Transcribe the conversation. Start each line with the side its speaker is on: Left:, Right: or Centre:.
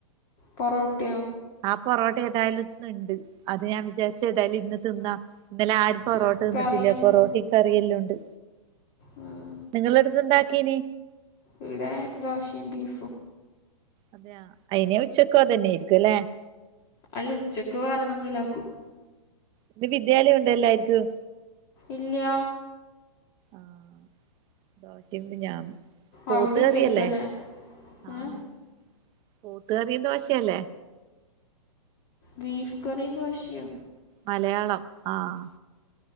Left: പൊറോട്ടയോ
Right: ആഹ് പൊറോട്ട ഏതായാലും ഇന്ന് ഇണ്ട് അത് ഞാൻ വിചാരിച്ച് ഏതായാലും ഇന്ന് തിന്നാം ഇന്നലെ ആരും
Left: ചി-
Right: പൊറോട്ട തിന്നിട്ടില്ല
Left: കറിയെന്ന്
Right: പൊറോട്ടയും കറിയെല്ലാം ഉണ്ട്
Left: ഉം
Right: നിങ്ങള് അടുത്ത് എന്താക്കീനി
Left: ഇവിടെ ദോശയും ബീഫും
Right: അതെയാ ഇനി ഉച്ചക്കും അതന്നെ ആയിരിക്കും അല്ലെ
Left: അല്ല ഉച്ചക്ക് വേറന്തെങ്കിലും ആക്കും
Right: ഇന്ന് വിദ്യാലയം ഉണ്ട് എല്ലാരിക്കും
Left: ഇല്ല്യ
Right: ആഹ് ദോശ <unintelligible> പോത്ത്
Left: അവിടെ
Right: കറിയല്ലേ
Left: ഉണ്ടായിരിക്കും അല്ലേ
Right: ആഹ്
Left: ഏ?
Right: പോത്ത് കറിയും ദോശയല്ലേ
Left: ബീഫ് കറിയും ദോശയും
Right: മലയാളം ആഹ്